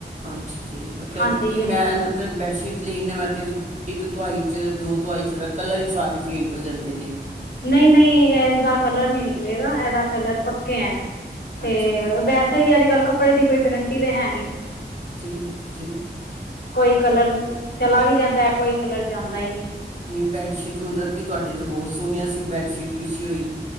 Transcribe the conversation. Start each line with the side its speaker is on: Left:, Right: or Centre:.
Right: ਅੱਛਾ ਜੀ, ਕਿਉ
Left: ਹਾਂਜੀ
Right: ਕਿਉਂਕਿ
Left: ਯਮੁਨਾ
Right: ਮੈਮ ਤੇ ਬੈੱਡਸ਼ੀਟ <unintelligible> ਤਾਂ ਵੀ ਇੱਕ ਤੁਆਈ ਚ, ਦੋ ਤੁਆਈ ਚ, ਕਲਰ ਈ ਸਾਰੇ ਫੇਂਟ ਹੋ ਜਾਂਦੇ ਨੇ।
Left: ਨਹੀਂ ਨਹੀਂ ਇਸਦਾ ਕਲਰ ਨਹੀਂ ਨਿਕਲੇਗਾ ਇਹਦਾ ਕਲਰ ਪੱਕੇ ਹੈ ਤੇ
Right: ਅੱਛਾ ਜੀ
Left: ਵੈਸੇ ਵੀ ਅੱਜ ਕੱਲ ਕੱਪੜੇ ਦੀ ਕੋਈ ਗਰੰਟੀ ਤੇ ਹੈ ਨਹੀਂ
Right: ਠੀਕ ਠੀਕ
Left: ਕੋਈ ਕਲਰ ਚਲਾ ਵੀ ਜਾਂਦਾ ਹੈ ਕੋਈ ਕਲਰ ਜਾਂਦਾ ਹੀ ਨਹੀਂ
Right: ਨਹੀਂ ਬੈੱਡਸ਼ੀਟ ਮਤਲਬ ਕਿ ਤੁਹਾਡੇ ਤਾਂ ਬਹੁਤ ਸੋਹਣੀਆਂ ਸੀ ਬੈੱਡਸ਼ੀਟ ਵਿੱਸ਼ੀ ਹੋਈ